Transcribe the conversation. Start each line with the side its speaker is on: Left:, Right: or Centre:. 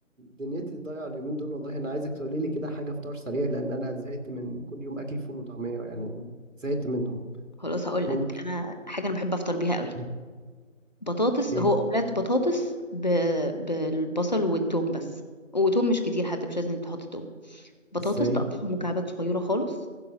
Right: دنيتي ضايعه اليومين دول والله انا عايزك تقولي لي كده حاجه فطار سريع لان انا زهقت من كل يوم اكل فول وطعميه يعني زهقت منهم
Left: خلاص هقول
Right: ممكن
Left: لك انا حاجة انا بحب افطر بيها قوي
Right: <laughs>
Left: بطاطس
Right: ايه
Left: هو اومليت بطاطس ب... بالبصل والثوم بس وتوم مش كتير حتى مش لازم تحط توم بطاطس
Right: ازاي
Left: تقطعها مكعبات صغيرة خالص